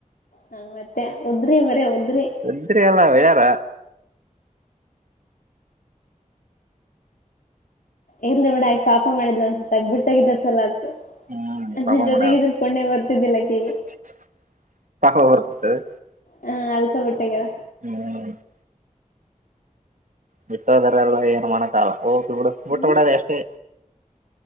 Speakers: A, on the left; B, on the right.
A: ಹಾ ಮತ್ತೆ ಉದ್ರಿ ಮರ ಉದ್ರಿ
B: ವಂದ್ರಲ್ಲ ವಿಡಾರ
A: ಇರ್ಲಿ ಬಿಡು ಆ ಪಾಪ ಮಾಡಿದ್ ಒನ್ಸತ್ ಆಗ ಬಿಟ್ಟೋಗಿದ್ದ ಚಲ ಆತು
B: ಹ್ಮ್ ಪಾಪ
A: ನಿನ್ ಜೊತೆಗೆ
B: ಮಾಡ್ಯಾಳ
A: ಇದನ್ ಪುಣೆ ಬರ್ತಿದ್ದಿಲ್ಲಕ್ಕೇಗೆ
B: <inaudible>
A: ಹಾ ಅದಕ ಬಿಟ್ಟಗರ
B: <unintelligible> ಬಿಟ್ಟೋದರಲ್ಲ ಏನುಮಾಡಕಾಗಲ ಹೋಗಿ ಬಿಡು ಬಿಟ್ಟ
A: ಹ್ಮ್
B: ಬಿಡೋದ ಅಷ್ಟೇ